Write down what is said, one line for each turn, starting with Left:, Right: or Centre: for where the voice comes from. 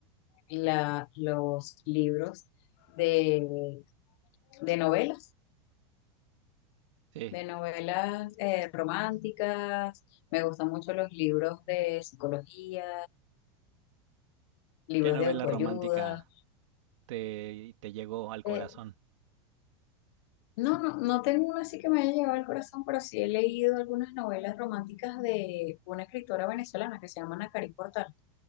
Left: la- los libros de, de novelas,
Right: Sí.
Left: de novelas eh, románticas. Me gustan mucho los libros de psicología, libros
Right: ¿Qué novela
Left: de autoayuda.
Right: romántica te, te llegó al corazón?
Left: Eh, No, no, no tengo una así que me haya llegado al corazón, pero sí he leído algunas novelas románticas de una escritora venezolana que se llama Nacarí Portal.